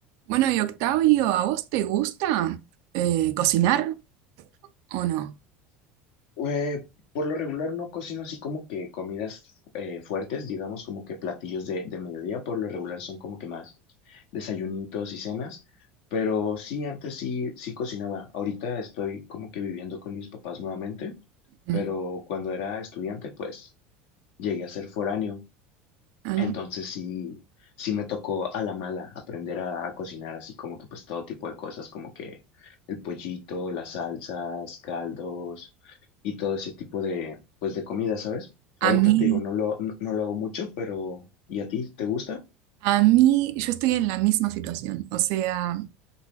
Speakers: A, on the right (about 60°); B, on the left (about 70°).
A: Bueno, y Octavio, ¿a vos te gusta eh, cocinar o no?
B: Eh, por lo regular no cocino así como que comidas eh, fuertes, digamos como que platillos de, de mediodía, por lo regular son como que más desayunitos y cenas, pero sí, antes sí, sí cocinaba. Ahorita estoy como que viviendo con mis papás nuevamente,
A: Mm,
B: pero cuando era estudiante pues llegué a ser foráneo
A: ah,
B: entonces sí, sí me tocó a la mala aprender a, a cocinar así como que pues todo tipo de cosas, como que el pollito, las salsas, caldos y todo ese tipo de pues de comida, ¿sabes? Ahorita
A: A mí,
B: te digo, no lo, no, no lo hago mucho, pero ¿y a ti te gusta?
A: a mí, yo estoy en la misma situación. O sea,